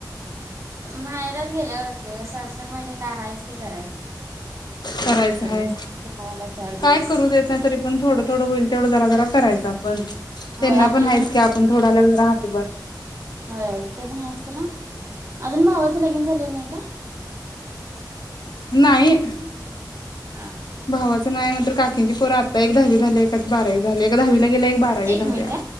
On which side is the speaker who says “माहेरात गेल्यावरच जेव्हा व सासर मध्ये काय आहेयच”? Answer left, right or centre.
Right